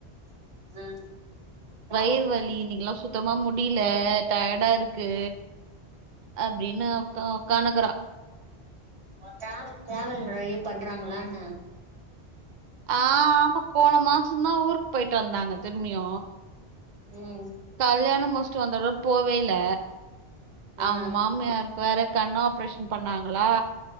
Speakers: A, on the right (about 80°); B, on the right (about 50°).
A: ம் ஜாப்
B: வயிறு
A: போறாங்க
B: வலி இன்னிக்குலா சுத்தமா முடியில டயடா இருக் இருக்கு அப்டின்னா உக்கா உக்கானு இருக்குறா
A: டிராவல் நெறைய பண்றாங்களா என்ன
B: ஆ ஆமா போன மாசந்தா ஊருக்கு போயிட்டு வந்தாங்க திரும்பியு
A: ம்
B: கல்யாணமு ஃபர்ஸ்ட் வந்தோனே போவே இல்ல
A: ஆ
B: அவங்க
A: ஆ
B: மாமியாருக்கு வேற கண் ஆப்ரேஷன் பண்ணாங்களா